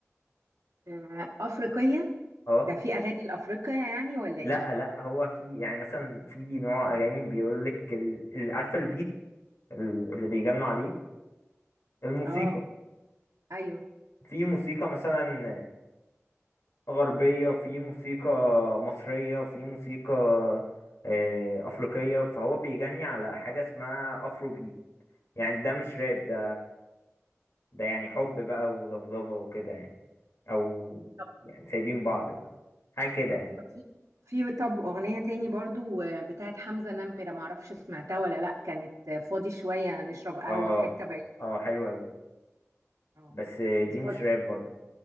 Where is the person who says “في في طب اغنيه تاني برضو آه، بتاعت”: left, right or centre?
Right